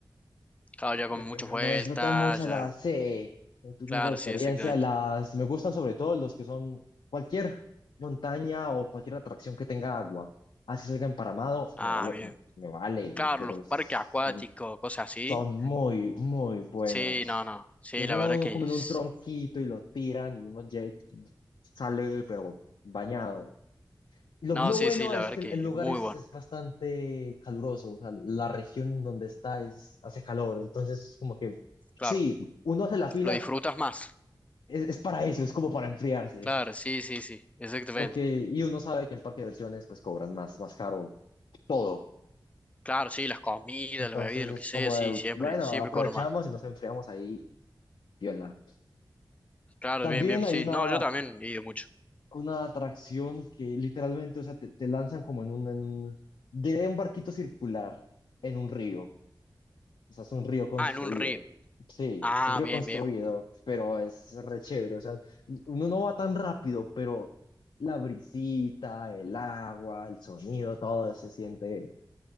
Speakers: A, on the left (about 15°); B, on the left (about 80°).
A: Claro, ya
B: Me,
A: con muchas
B: me-
A: vueltas,
B: me disfruté mucho
A: ya.
B: las, eh, me tuve
A: Claro,
B: mucha experiencia.
A: sí, exactamente.
B: Las, me gustan sobre todo los que son cualquier montaña o cualquier atracción que tenga agua. Así salga emparamado,
A: Ah,
B: me vale,
A: bien.
B: me, me vale,
A: Claro,
B: pero
A: los parques
B: son,
A: acuáticos, cosas así.
B: son muy, muy buenos.
A: Sí, no, no. Sí,
B: Los
A: la
B: van
A: verdad
B: a uno
A: que...
B: como
A: es-
B: en un tronquito y lo tiran y uno lle- sale, pero bañado. Y lo,
A: No,
B: lo
A: sí,
B: bueno
A: sí, la
B: es
A: verdad
B: que
A: que
B: el, el lugar
A: es muy
B: es,
A: bueno.
B: es bastante caluroso, o sea, la región donde está es, hace calor, entonces como que
A: Claro,
B: sí, uno hace la fila,
A: lo disfrutas más.
B: es, es para eso, es como para enfriarse,
A: Claro, sí, sí, sí, exactamente.
B: <laughs> porque y uno sabe que en parque de diversiones pues cobran más, más caro todo,
A: Claro, sí, las comidas,
B: entonces
A: las bebidas,
B: es
A: lo que sea,
B: como
A: sí,
B: de,
A: siempre,
B: bueno,
A: siempre
B: aprovechamos
A: cobro más.
B: y nos enfriamos ahí, viola.
A: Claro,
B: También
A: bien, bien, sí.
B: hay una,
A: No, yo también he ido mucho.
B: una atracción que literalmente, o sea, te, te lanzan como en un, en un, diré un barquito circular en un río. O sea, es un río construido.
A: Ah, en un río.
B: Sí,
A: Ah,
B: es un río
A: bien,
B: construido,
A: bien.
B: pero es re chévere. O sea, uno no va tan rápido, pero la brisita, el agua, el sonido, todo se siente,